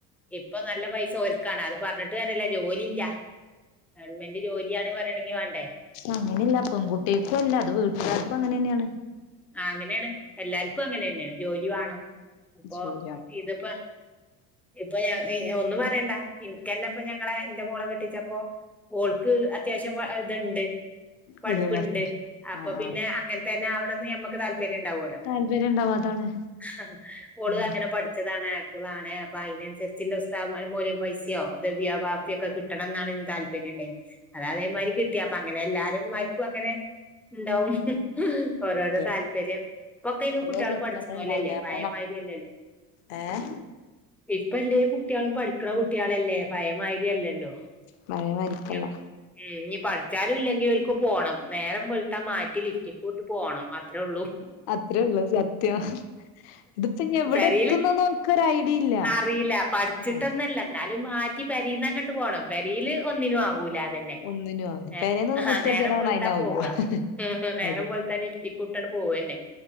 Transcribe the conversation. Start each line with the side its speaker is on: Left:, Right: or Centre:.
Centre: ഇപ്പൊ നല്ല പൈസ ഒൽക്കാണ് അത് പറഞ്ഞിട്ട് കാര്യല്ല ജോലില്ല ഗവൺമെന്റ് ജോലിയാണ് പറയണമെങ്കി വണ്ടേ
Left: അങ്ങനല്ല പെൺകുട്ടേക്കും അല്ല അത് വീട്ടുകാർക്കും അങ്ങനെന്നെയാണ്
Centre: ആഹ് അങ്ങനെണ് എല്ലാർക്കും അങ്ങനെന്നെണ് ജോലി വേണം ഇപ്പൊ
Left: ജോലിയാണ്
Centre: ഇതിപ്പോ ഇപ്പൊ ഞ ഒന്നും പറയണ്ട ഇനക്കെന്നെ ഇപ്പൊ ഞങ്ങളെ ഇന്റെ മോളെ കെട്ടിച്ചപ്പോ ഓൾക്ക് അത്യാവശ്യം ഇത്ണ്ട് പഠിപ്പ്ണ്ട്
Left: വിദ്യാഭ്യാസത്തിന്റെ
Centre: അപ്പൊ
Left: ആഹ്
Centre: പിന്നെ
Left: ആഹ്
Centre: അങ്ങനത്തെ തന്നെ ആവണന്ന് ഞമ്മക്ക് താല്പര്യണ്ടാവല്ലോ
Left: താല്പര്യം ഉണ്ടാവും അതാണ്
Centre: ആഹ് ഓൾ
Left: ഉം
Centre: അങ്ങനെ പഠത്തം താണ് ഹാഫിള് ആണ് അപ്പൊ അതിനുസരിച്ചുള്ള ഉസ്താദ് മാരോ. മൊല്യ ‌ ഫൈസി യോ ഹുദവിയോ വാഫിയോ ഒക്കെ കിട്ട കിട്ടണം എന്നാണ് ഇന്ക് താല്പര്യം ണ്ടയ്ന് അത് അതേമാതിരി കിട്ടിയപ്പോ അങ്ങനെ എല്ലാരെ മ്മാര്ക്കും അങ്ങനെ ഇണ്ടാവും ഓരോരോ
Left: ക്കെ
Centre: താല്പര്യം ഇപ്പൊക്കെ അയിന്
Left: ഓരോ
Centre: കുട്ടികൾ
Left: സ്വപ്നങ്ങൾ
Centre: പഠിച്ച്ണോലല്ലേ
Left: ഉണ്ടാവൂലേ നമ്മളെ
Centre: പഴേമായിരിയല്ലല്ലോ
Left: മ ഏഹ്
Centre: ഇപ്പ എല്ലേ കുട്ടികളും പഠിക്ക്ണ കുട്ട്യാളല്ലേ പഴേമാരിയല്ലല്ലോ
Left: പഴയ മാരിക്കല്ല
Centre: ഉം ഇഞ് പഠിച്ചാലും ഇല്ലെങ്കിൽ ഒൽക്ക് പോണം നേരം വെള്ത്ത മാറ്റി ലിപ്സ്റ്റിക്കൂട്ട് പോണം അത്രേ ഉള്ളൂ
Left: അത്രേ ഉള്ളൂ സത്യം ഇതിപ്പോ ഇനി എവിടെ
Centre: പെരീല്
Left: എത്തുന്നൊന്നും ഓൽക്കൊരു ഐഡിയ ഇല്ല
Centre: അറീല്ല പഠിച്ചിട്ടോ പടച്ചിട്ടോന്നല്ല
Left: ആഹ്
Centre: എന്നാലും മാറ്റി പെരീന്ന് അങ്ങട്ട് പോകണം പെരീൽ ഒന്നിനും ആകൂല ഇതന്നെ
Left: ഒന്നിനും ആവൂല
Centre: നേരം
Left: പെരേന്നൊന്നും
Centre: ആഹാ
Left: മുറ്റടിച്ചാൻ
Centre: നേരം
Left: പറഞ്ഞാ
Centre: വെളുത്ത
Left: അയിനാവൂല
Centre: പോവാ ഹു ഹുഹ് നേരം
Left: അതെ
Centre: വെളുത്ത നേരം വെള്ത്താ ലിപ്സ്റ്റിക്കുട്ടങ്ങട്ട് പോവനെ